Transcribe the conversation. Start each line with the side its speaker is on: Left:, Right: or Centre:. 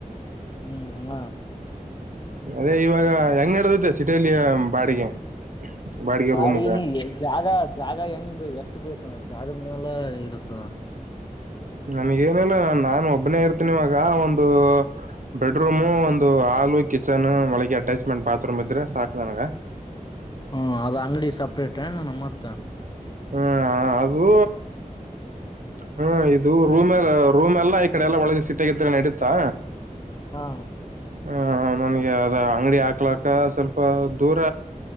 Left: ಹ್ಮ್ ಹ್ಮ
Right: ಅದೇ ಇವಾಗ ಹೆಂಗ್ ನಡದತೆೆ ಸಿಟಿಯಲ್ಲಿ ಬಾಡಿಗೆ ಬಾಡಿಗೆ
Left: ಬಾಳ
Right: ರೂಮ್ಗ
Left: ನೀ ಜಾಗ ಅದು ಜಾಗ ಹೆಂಗ್ ಎಷ್ಟು ಬೇಕ ನ ಜಾಗದ ಮೇಲೆ ಇರುತ್ತ
Right: ನನ್ಗೇನಿಲ್ಲ ನಾ ನಾನು ಒಬ್ಬನೇ ಇರ್ತನಿವಾಗ ಒಂದು ಬೆಡ್ರೂಮು ಒಂದು ಹಾಲು ಕಿಚನ್ ಮಳಗೆ ಅಟ್ಯಾಚ್ಮೆಂಟ್ ಬಾತ್ರೂಮ್ ಇದ್ರೆ ಸಾಕ್ ನನಗ
Left: ಹ್ಮ ಅದ ಅಂಗಡಿ ಸಪ್ರೇಟ್ ಏಣ ಮತ್ತ
Right: ಹ್ಮ ಹಾಗೂ ಹ್ಮ ಇದು ರೂಮ್ ಎಲ್ಲ ರೂಮ್ ಎಲ್ಲಾ ಈ ಕಡೆ ಎಲ್ಲಾ ಒಳಗೆ ಸಿೀಟ್ ಆಾಗಿದ್ರ ನಡುತ್ತಾ
Left: ಹಾ
Right: ಹ ನನ್ಗೆ ಅದ ಅಂಗಡಿ ಹಾಕ್ಲಾಕ್ಕ ಸ್ವಲ್ಪ ದೂರ.